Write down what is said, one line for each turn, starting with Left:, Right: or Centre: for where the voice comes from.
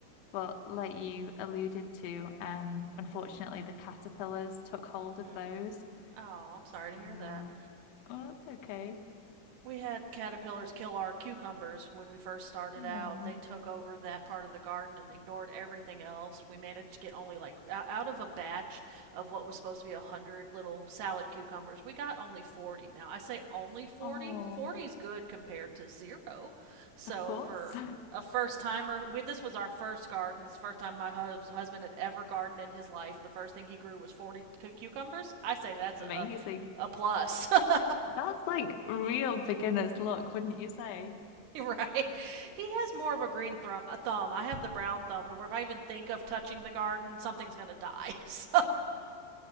Left: but like you alluded to, um, unfortunately the caterpillars took hold
Right: Mm-hmm.
Left: of those.
Right: Oh, I'm sorry
Left: So,
Right: to hear
Left: oh,
Right: that.
Left: that's okay.
Right: We had caterpillars kill our cucumbers when we first started
Left: Oh,
Right: out. They took over that part of the garden and ignored everything else. We managed to get only like o- out of a batch of what was supposed to be a 100 little salad cucumbers, we got only 40. Now, I say only 40.
Left: oh,
Right: 40 is good compared to zero. So
Left: of course.
Right: for a first timer. We this was our first garden. This first time my hus- husband had ever gardened in his life. The first thing he grew was forty cu- cucumbers. I say that's
Left: <laughs> Amazing.
Right: a a plus. <laughs>
Left: That's like real beginner's luck, wouldn't you say?
Right: <laughs> Right. He has more of a green thumb. A thumb. I have the brown thumb to where if I even think of touching the garden, something's gonna die. <laughs> So,